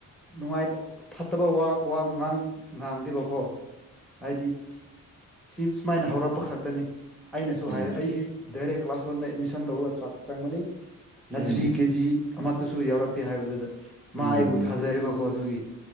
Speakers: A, in the centre; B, on the right.
A: ꯅꯨꯡꯉꯥꯏꯇ ꯐꯠꯇꯕ ꯋꯥ ꯉꯥꯡ ꯉꯥꯡꯗꯦꯕꯀꯣ ꯍꯥꯏꯗꯤ ꯁꯤ ꯁꯨꯃꯥꯏꯅ ꯍꯧꯔꯛꯄ ꯈꯛꯇꯅꯤ ꯑꯩꯅꯁꯨ
B: ꯎꯝ
A: ꯍꯥꯏ ꯑꯩꯗꯤ ꯗꯥꯏꯔꯦꯛ ꯀ꯭ꯂꯥꯁ ꯋꯥꯟꯗ ꯑꯦꯗꯃꯤꯁꯟ ꯇꯧꯔꯒ ꯆꯥꯛ ꯆꯪꯕꯅꯤ
B: ꯎꯝ
A: ꯆꯔꯤ ꯀꯦꯖꯤ ꯑꯃꯠꯇꯁꯨ ꯌꯥꯎꯔꯛꯇꯦ ꯍꯥꯏꯕꯗꯨꯗ ꯃꯥ
B: ꯎꯝ
A: ꯑꯩꯕꯨ
B: ꯎꯝ
A: ꯊꯥꯖꯔꯦꯕꯀꯣ ꯑꯗꯨꯒꯤ